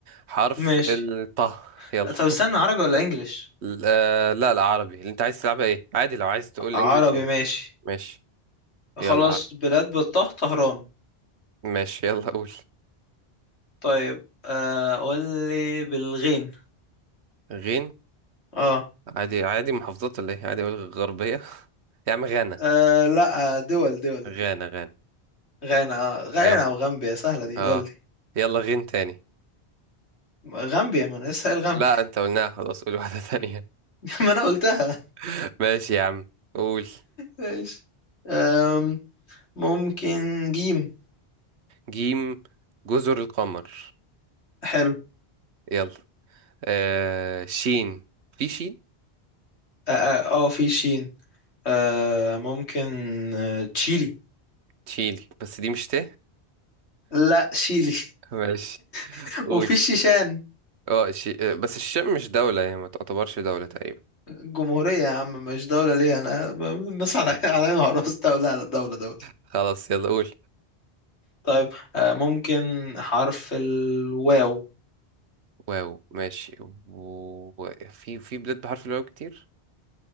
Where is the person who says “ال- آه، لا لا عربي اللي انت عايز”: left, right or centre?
Right